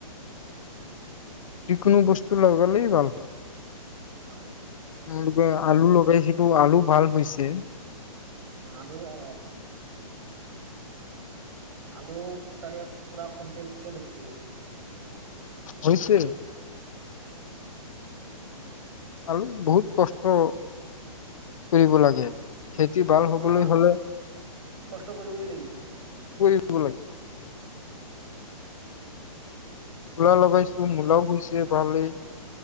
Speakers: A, on the left; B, on the right.
A: যিকোনো বস্তু লগালেই ভাল হয়।
B: হয়।
A: তোমলোকে আলু লগাই সিটো আলু ভাল হৈছে।
B: অ', আলু অ। আলু চাগে পূৰা কুইণ্টেল-কুইণ্টেল হৈছে।
A: হৈছে। আৰু বহুত কষ্ট, কৰিব লাগে। খেতি ভাল হবলৈ
B: অ',
A: হলে
B: কষ্ট কৰিবই লাগিব।
A: কিব লাগে মূলা লগাইছো
B: হয়
A: মূলাও হৈছ <unintelligible>